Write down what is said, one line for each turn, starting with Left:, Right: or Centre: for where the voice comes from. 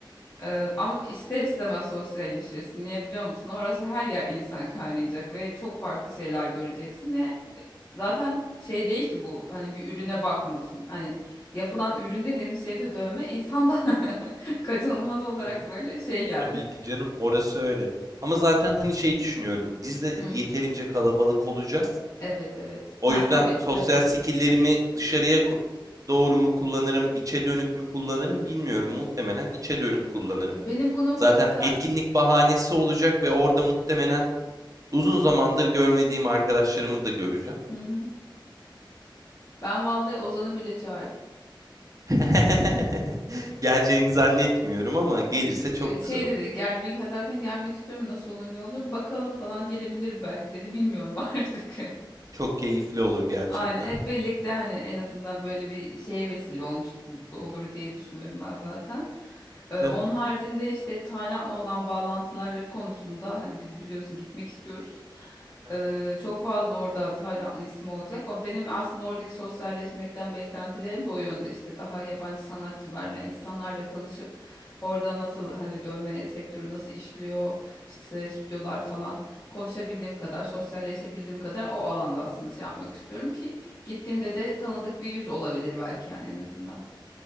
Left: Eee, ama ister istemez sosyalleşirsin. Niye biliyor musun? Orası her yer insan kaynayacak ve çok farklı şeyler göreceksin ve zaten şey değil ki bu hani bir ürüne bakmıyorsun. Hani yapılan ürün dediğimiz şey de dövme insan da <laughs> kaçınılmaz
Right: Tabii ki
Left: olarak
Right: canım,
Left: böyle şey yani.
Right: tabii ki canım. Orası öyle. Ama zaten hani şey düşünüyorum. Biz de
Left: Hı,
Right: yeterince kalabalık olacağız.
Left: evet evet.
Right: O
Left: Ha
Right: yüzden
Left: tabii
Right: sosyal
Left: tabii.
Right: skill'lerimi dışarıya ko- doğru mu kullanırım, içe dönük mü kullanırım bilmiyorum. Muhtemelen içe dönük kullanırım.
Left: Benim bu noktada
Right: Zaten
Left: saat
Right: etkinlik bahanesi olacak ve orada muhtemelen uzun zamandır görmediğim arkadaşlarımı da göreceğim.
Left: Hı hı. Ben vallahi Ozan'ı bile çağırdım.
Right: <laughs> Geleceğini zannetmiyorum ama gelirse
Left: Ge-
Right: çok
Left: Şey
Right: güzel olur.
Left: dedi gelmek zaten gelmek istiyorum nasıl olur ne olur bakalım falan gelebilirim belki dedi bilmiyorum <laughs> artık.
Right: Çok keyifli olur gerçekten.
Left: Aynen hep birlikte hani en azından böyle bir şeye vesile olmuş olur diye düşünüyorum ben zaten.
Right: Tabii
Left: Ee,
Right: Canım.
Left: onun haricinde işte Tayland'la olan bağlantıları konusunda hani bizi biliyorsun gitmek istiyoruz.
Right: Aha,
Left: Ee, çok fazla orada Taylandlı ismi olacak ama benim aslında oradaki sosyalleşmekten beklentilerim de o yönde işte daha yabancı sanatçılarla
Right: hmm,
Left: insanlarla tanışıp orada nasıl hani dövme sektörü nasıl işliyor işte stüdyolar falan konuşabildiğim kadar, sosyalleşebildiğim kadar o alanda aslında şey yapmak istiyorum ki gittiğimde
Right: mantıklı.
Left: de tanıdık bir yüz olabilir belki yani en azından.